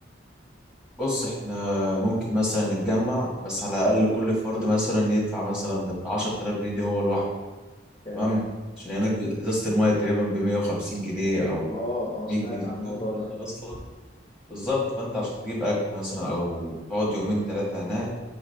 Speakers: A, in the centre; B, on the left.
A: بص احنا ممكن مثلا نتجمع بس على الاقل كل فرد مثلا يدفع مثلا بتاع 10000 جنيه دي هو لوحده
B: تمام
A: تمام عشان هناك ازازه المايه تقريبا ب 150 جنيه او
B: آه آه
A: 100
B: سمعت
A: جنيه
B: عن الموضوع
A: فانت
B: ده
A: اصلا بالظبط فانت عشان تجيب اكل مثلا او تقعد يومين ثلاثه هناك